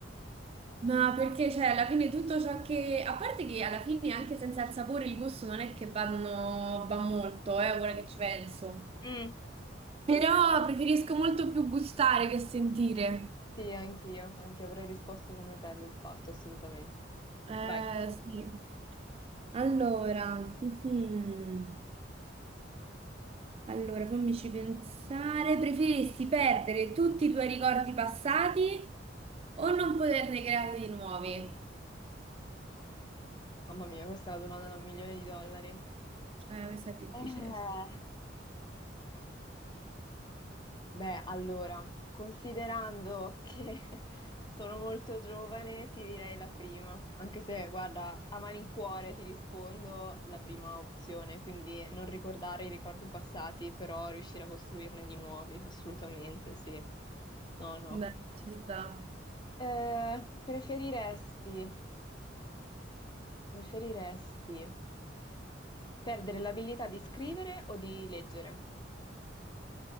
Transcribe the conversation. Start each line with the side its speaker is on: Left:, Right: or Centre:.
Right: Ma perché, cioè, alla fine tutto ciò che... A parte che alla fine anche senza il sapore il gusto non è che vanno... va molto, eh, ora che ci penso.
Left: Mm,
Right: Però preferisco molto più gustare che sentire.
Left: Sì, anch'io, anch'io avrei risposto come te, l'ho fatto, assolutamente.
Right: Eh,
Left: vai.
Right: sì. Allora, <laughs> mhm. Allora, fammici pensare. Preferisci perdere tutti i tuoi ricordi passati o non poterne creare di nuovi?
Left: Mamma mia, questa è la domanda da un milione di dollari.
Right: Eh, questa è difficile.
Left: Eh, Beh, allora, considerando che <laughs> sono molto giovane, ti direi la prima, anche se, guarda, a malincuore ti rispondo la prima opzione, quindi non ricordare i ricordi passati, però riuscire a costruirne di nuovi, assolutamente, sì. No, no.
Right: Dai, ci sta.
Left: Eh, preferiresti, preferiresti perdere l'abilità di scrivere o di leggere?